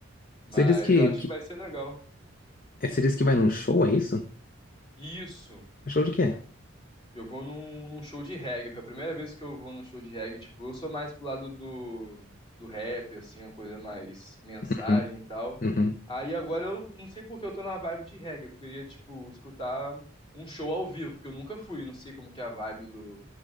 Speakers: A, on the left (about 25°); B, on the left (about 40°).
A: Mas
B: Você disse que,
A: eu acho
B: que,
A: que vai ser legal.
B: é,
A: Hum.
B: você disse que vai num show, é isso?
A: Isso.
B: Show de quê?
A: Eu vou num, num show de reggae. Foi a primeira vez que eu vou num show de reggae. Tipo, eu sou mais pro lado do, do rap, assim, uma coisa mais mensagem
B: Uhum,
A: e tal.
B: uhum.
A: Aí agora eu não sei por que eu tô na vibe de reggae. Eu queria, tipo, escutar um show ao vivo, porque eu nunca fui. Eu não sei como que é a vibe do,